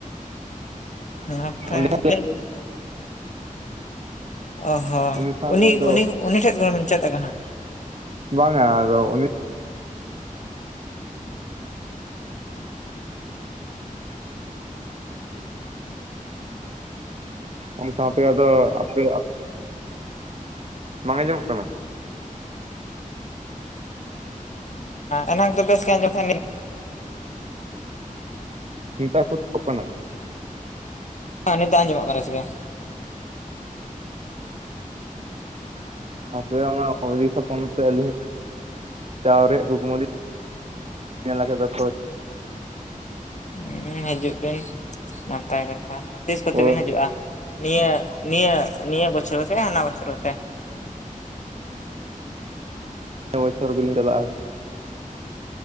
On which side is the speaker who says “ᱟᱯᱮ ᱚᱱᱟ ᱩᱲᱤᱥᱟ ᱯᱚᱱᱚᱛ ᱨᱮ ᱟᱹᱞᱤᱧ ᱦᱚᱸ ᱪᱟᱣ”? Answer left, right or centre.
Right